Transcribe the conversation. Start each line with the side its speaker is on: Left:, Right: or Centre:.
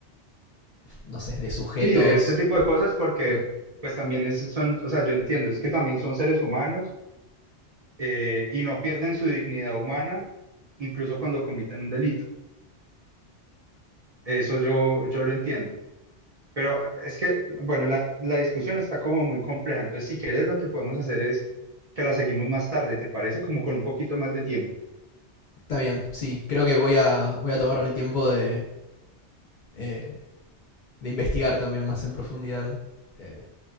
Left: no sé, de sujetos.
Right: Sí, de este tipo de cosas porque
Left: Mm,
Right: pues también es, son, o sea, yo entiendo, es que también son seres humanos eh, y no pierden su dignidad humana incluso cuando comitan un delito. Eso yo, yo lo entiendo. Pero es que, bueno, la, la discusión está como muy compleja. Entonces, si quieres, lo que podemos hacer es que la seguimos más tarde, ¿te parece? Como con un poquito más de tiempo.
Left: Está bien, sí, creo que voy a, voy a tomarme el tiempo de, eh, de investigar también más en profundidad. eh,